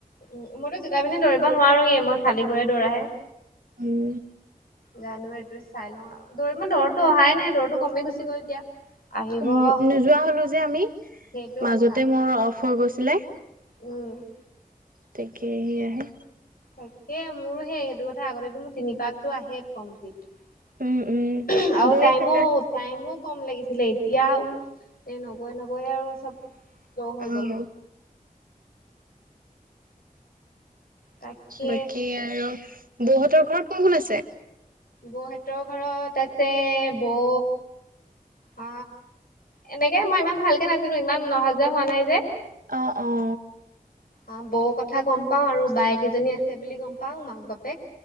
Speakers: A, on the left; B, on the right.
A: উ, মইতো জোতা পিন্ধি দৌৰিব নোৱাৰোয়ে, মই খালী ভৰিয়ে দৌৰাহে।
B: উম।
A: জানো এটো চাই লওঁ আৰু দৰ মোৰ দৌৰটো অহাই নাই দৌৰটো কমি গুচি গ'ল এতিয়া। আহিব
B: উম, নোযোৱা হ'লো যে আমি,
A: সেইটো
B: মাজতে
A: কথা আকৌ
B: মোৰ অ'ফ হৈ গৈছিলে।
A: উম।
B: তাকে সেইয়া হে।
A: তাকে মোৰো সেই সেইটো কথা আগতেতো মোৰ তিনি পাকতো আহেই কম প্লিত
B: উম উম
A: আৰু
B: দৌৰি
A: টাইমো
B: থাকা
A: টাইমো ক'ম লাগিছিলে এতিয়াও এ নগৈ নগৈ আৰু চব ল' হৈ
B: অ
A: গ'ল। তাকে
B: বাকী আৰু বৌহঁতৰ ঘৰত কোন, কোন আছে?
A: বৌহতৰ ঘৰত আছে বৌ আ, এনেকে মই ইমান ভালকে নাজানো ইমান অহা জোৱা হোৱা নাই যে।
B: অ' অ'
A: অ' বৌ কথা গম পাও আৰু বায়েক কেইজনী আছে বুলি গম পাওঁ মাক, বাপেক